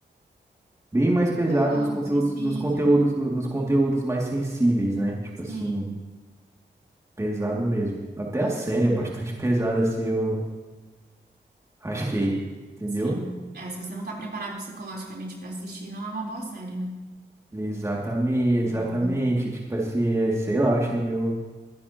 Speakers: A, on the right; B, on the right.
A: Bem mais
B: Então,
A: pesado nos conteúdos,
B: suicídio.
A: nos conteúdos, nos conteúdos mais sensíveis, né? Tipo
B: Sim,
A: assim, pesado mesmo. Até a série é bastante <laughs> pesada, assim, eu achei, entendeu?
B: sim. É, se você não está preparado psicologicamente para assistir, não é uma boa série, né?
A: Exatamente,
B: Não
A: exatamente.
B: é uma boa série.
A: Tipo assim, é, sei lá, eu achei meio,